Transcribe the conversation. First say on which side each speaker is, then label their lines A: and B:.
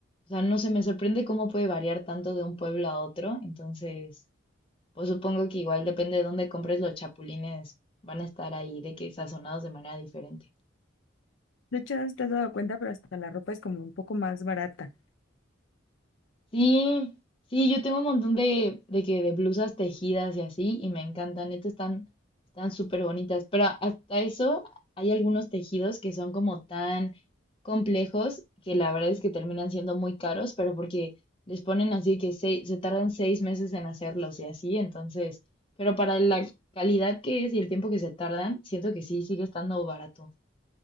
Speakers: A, on the left (about 25°); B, on the left (about 75°).
A: o sea, no sé, me sorprende cómo puede variar tanto de un pueblo a otro. Entonces... Pues supongo que igual depende de dónde compres los chapulines, van a estar ahí de que sazonados de manera diferente.
B: De hecho, no sé si te has dado cuenta, pero hasta la ropa es como un poco más barata.
A: Sí, sí, yo tengo un montón de, de que de blusas tejidas y así, y me encantan, neta están, están súper bonitas, pero hasta eso hay algunos tejidos que son como tan complejos que la verdad es que terminan siendo muy caros, pero porque les ponen así que se, se tardan seis meses en hacerlos y así, entonces, pero para la calidad que es y el tiempo que se tardan, siento que sí, sigue estando barato.